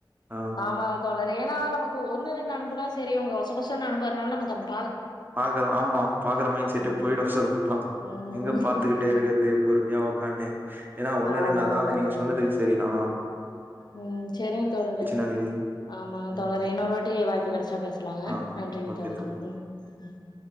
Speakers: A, on the right; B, on the left.
A: ஆ
B: ஆமாங்க தோழரே ஏன்னா நமக்கு ஒண்ணு ரெண்டு அனுப்புனா தெரியு கொச கொசன்னு அனுப்புற்னால நமக்கந்
A: பாக்குற ஆமா பாக்குற மைண் செட்டே
B: ம்
A: போய்டு சொல்லப்போனா
B: ம்
A: எங்க பாத்துக்கிட்டே இருக்கிற்து பொரும்யா உக்கான்னே ஏன்னா ஒண்ணு
B: ஆமா
A: ரெண்டு அதாவ்து
B: தோழரே
A: நீங்க சொன்னதுக் செரிதா அ
B: ம் செரிங்க தோழரே
A: நெனைக்கிறே
B: ஆமா தோழரே
A: ம்
B: இன்னொரு வாட்டி வாய்ப்பு கெடச்சா பேஸ்லான்
A: ஆ
B: நன்றிங்க
A: ஓகே
B: தோழரே
A: தோழி
B: ம் ம்